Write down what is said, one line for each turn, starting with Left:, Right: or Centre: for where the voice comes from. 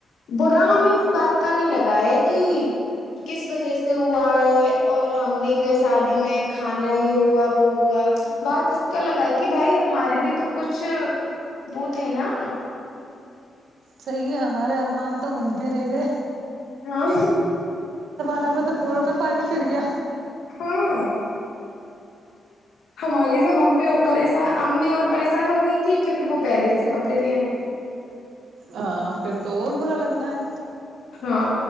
Left: برا ہمیں اس بات کا نہیں لگا ہے کہ کس وجہ سے ہوا ہے اور ہم نہیں گئے شادی میں کھانا یہ ہوا وہ ہوا بات اس کا لگا ہے کہ بھائی ہمارے بھی تو کچھ وہ تھے نا
Right: صحیح ہے ہمارے ارمان تو وہیں پہ رہ گئے
Left: ہاں
Right: ب تو پوروں پہ پانی پر گیا
Left: ہاں ہماری سے امی اور پشان امی اور پریشان ہو گئی تھی کیونکہ وہ پہلے سے کپڑے لے آئ تھھی
Right: ہاں پھر تو اور برا لگنا ہے
Left: ہاں